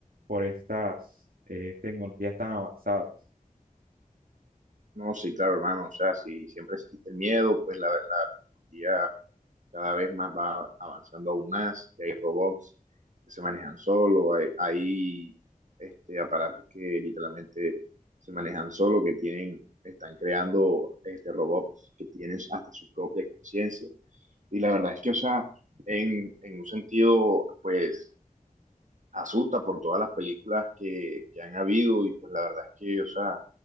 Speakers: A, on the right; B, on the right.
A: por estas eh, tecnologías tan avanzadas.
B: No, sí, claro, hermano, o sea, si siempre existe el miedo, pues la, la tecnología cada vez más va avanzando aún más, y hay robots que se manejan solo, hay, hay este, aparatos que literalmente se manejan solo, que tienen, están creando este, robots que tienen hasta su propia conciencia. Y la verdad es que, o sea, en, en un sentido, pues, asusta por todas las películas que, que han habido y pues la verdad es que, o sea,